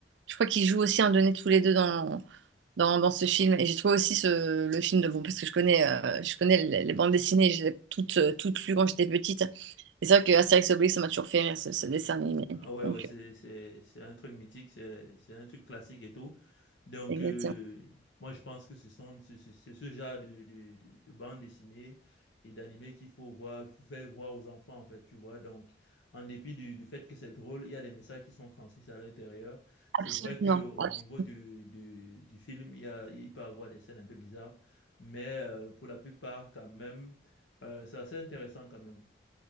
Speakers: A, on the right (about 80°); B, on the left (about 85°).
A: Je crois qu'ils jouent aussi un donné tous les deux dans, dans, dans ce film. Et j'ai trouvé aussi ce, le film de bon parce que je connais, euh, je connais les, les bandes dessinées, je les ai toutes, euh, toutes lues quand j'étais petite. C'est sûr que Astérix et Obélix, ça m'a toujours fait rire, ce, ce dessin animé.
B: Ah ouais,
A: Donc,
B: ouais, c'est,
A: euh,
B: c'est, c'est un truc mythique, c'est, c'est un truc classique et tout. Donc,
A: exactement.
B: euh, moi, je pense que ce sont, c'est c'est- c'est ce genre de, de, de, de bande dessinée et d'animé qu'il faut voir, faut faire voir aux enfants, en fait, tu vois. Donc, en dépit du, du fait que c'est drôle, il y a des messages qui sont transmis à l'intérieur. C'est
A: Absolument.
B: vrai que au
A: Abs-
B: niveau du, du, du film, il y a, il peut y avoir des scènes un peu bizarres, mais euh, pour la plupart, quand même, euh, c'est assez intéressant quand même.